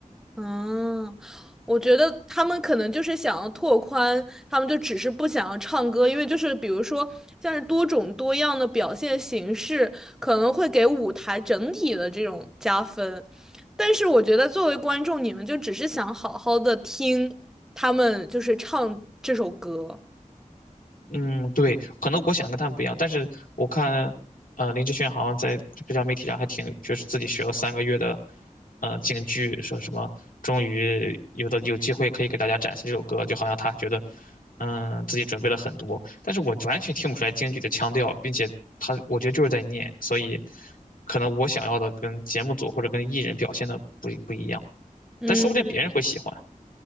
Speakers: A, in the centre; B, on the left (about 80°).
A: 嗯，我觉得他们可能就是想要拓宽，他们就只是不想要唱歌，因为就是比如说像是多种多样的表现形式，可能会给舞台整体的这种加分。但是我觉得作为观众，你们就只是想好好的听他们就是唱这首歌。
B: 嗯，对，可能我想跟他们不一样，但是我看，呃，林志炫好像在社交媒体上还挺，就是自己学了三个月的，呃，京剧，说什么终于有的有机会可以给大家展现这首歌，就好像他觉得，嗯，自己准备了很多，但是我完全听不出来京剧的腔调，并且他我觉得就是在念，所以可能我想要的跟节目组或者跟艺人表现的不不一样，
A: 嗯。
B: 但说不定别人会喜欢。